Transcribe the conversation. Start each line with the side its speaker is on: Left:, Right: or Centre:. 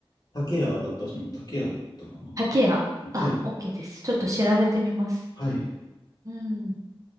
Left: 竹屋だったと思う。竹屋だったかな。
Right: 竹屋。あ、
Left: はい。
Right: OK です。ちょっと調べてみます。
Left: はい。
Right: うん。